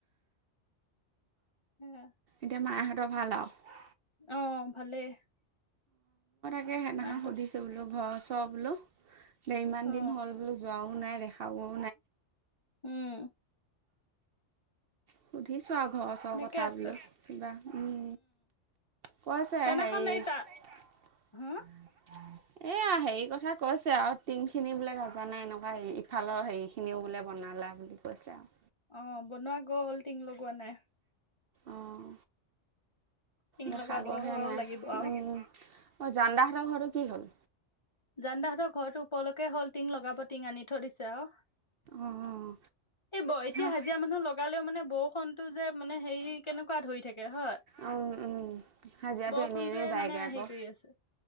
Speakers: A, on the left; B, on the right.
A: হেয়া
B: এতিয়া মায়হঁতৰ ভাল আৰু?
A: অ', ভালেই।
B: এ সেইদিনাখন
A: মাহঁতক
B: সুধিছো বোলো ঘৰত চব ন? এ, ইমান
A: অ
B: দিন হ'ল বোলো যোৱাও নাই দেখা গ
A: উম।
B: সুধিছোৱা ঘৰৰ ওচৰৰ
A: সেনেকে
B: কথা
A: আছে
B: বোলো। কিবা উম, কৈছে
A: সেইদিনাখন
B: হে এয়া
A: এই তা হা
B: হেৰি কথা কৈছে আৰু টিং খিনি বোলে গাজা নাই এনেকুৱা। হে, ইফালৰ হেৰি খিনিও বোলে বনালা বুলি কৈছে আৰু।
A: অ, বনোৱা গ'ল। টিং লগোৱা নাই।
B: অঁ
A: টিং
B: দেখা
A: লগাব
B: গৈহে নাই।
A: লাগিব আৰু
B: উম'। অ, জানদাহতৰ ঘৰটো কি হ'ল?
A: জানদাহঁতৰ ঘৰটো ওপৰলৈকে হ'ল টিং লগাব টিং আনি থৈ দিছে আৰু।
B: অঁ
A: এইব, এতিয়া
B: অঁ
A: হাজিৰা মানুহ লগালেও মানে বৰষুণ টো যে মানে হেৰি কেনেকুৱা ধৰি থাকে হয়।
B: অঁ অঁ হাজিৰাটো
A: বৰষুণটয়ে
B: এনেই এনেই যায়গৈ
A: মানে
B: আকৌ
A: হেৰি কৰি আছে।